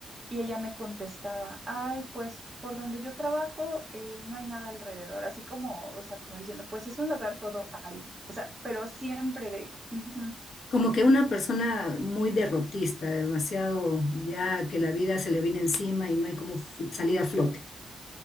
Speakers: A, on the right; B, on the left.
A: Y ella me contestaba, ay, pues por donde yo trabajo eh, no hay nada alrededor, así como, o sea, como diciendo, pues es un lugar todo árido, o sea, pero siempre de... "Ujú".
B: Como que una persona muy derrotista, demasiado ya que la vida se le viene encima y no hay como f- salir a flote.